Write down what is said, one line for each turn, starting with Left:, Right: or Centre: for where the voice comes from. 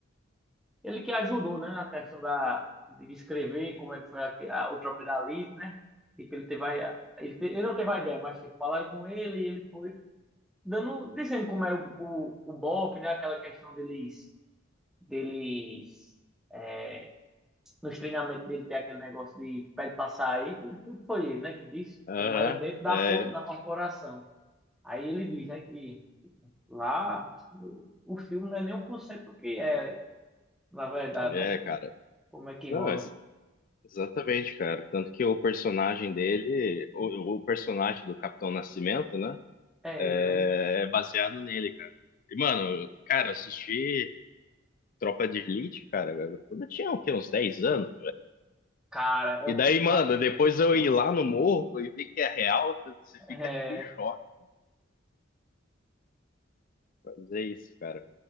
Centre: Ele que ajudou, né? Na questão da, de escrever como é que foi a, a, o Tropa da Elite, né? Tipo, ele teve a, ele, te- ele não teve a ideia, mas tipo, falaram com ele e ele foi dando, dizendo como era o, o, o BOP, né? Aquela questão deles, deles é, nos treinamentos dele ter aquele negócio de pede pra sair, tudo, tudo foi ele, né? Que disse
Left: Aham,
Centre: como era dentro da,
Left: é,
Centre: cor- da corporação. Aí ele diz, né, que Lá, o o filme não é nem um por cento do que é, na verdade,
Left: é,
Centre: né?
Left: cara.
Centre: Como é que
Left: Não,
Centre: rola?
Left: ex- exatamente, cara. Tanto que o personagem dele, o, o personagem do Capitão Nascimento, né,
Centre: É
Left: é,
Centre: ele, né?
Left: é baseado nele, cara. E, mano, eu- cara, eu assisti Tropa de Elite, cara, quando eu tinha, o quê, uns 10 anos,
Centre: Cara, é
Left: E
Centre: um
Left: daí,
Centre: filme
Left: mano,
Centre: da
Left: depois eu
Centre: porra.
Left: ir lá no morro e ver que é real, você
Centre: É,
Left: fica tipo em choque. Mas é isso, cara.